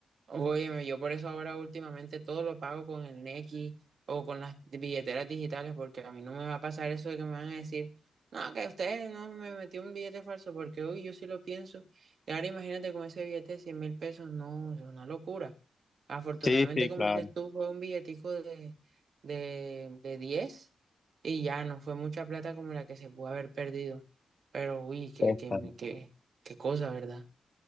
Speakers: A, on the right (about 65°); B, on the left (about 35°).
A: Óyeme, yo por eso ahora últimamente todo lo pago con el Nequi o con las billeteras digitales, porque a mí no me va a pasar eso de que me van a decir, no, que usted no me metió un billete falso, porque uy, yo sí lo pienso. Y ahora imagínate con ese billete de 100 mil pesos, no, es una locura. Afortunadamente,
B: Sí, sí,
A: como
B: claro.
A: dices tú, fue un billetico de, de, de 10 y ya no fue mucha plata como la que se pudo haber perdido. Pero uy, qué,
B: Esta.
A: qué, qué, qué cosa, ¿verdad?